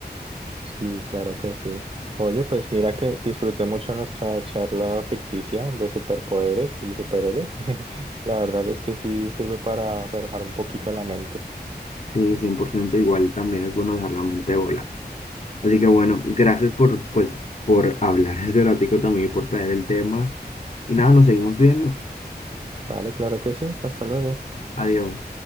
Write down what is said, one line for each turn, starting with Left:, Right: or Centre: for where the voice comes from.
Right: Sí, claro que sí. Oye, pues mira que disfruté mucho nuestra charla ficticia de superpoderes y superhéroes. <laughs> La verdad es que sí sirve para relajar un poquito la mente.
Left: Sí, cien por ciento igual también es bueno dejar la mente volar. Así que bueno, gracias por, pues, por hablar <laughs> este ratico también y por traer el tema. Y nada, nos seguimos viendo.
Right: Vale, claro que sí. Hasta luego.
Left: Adiós.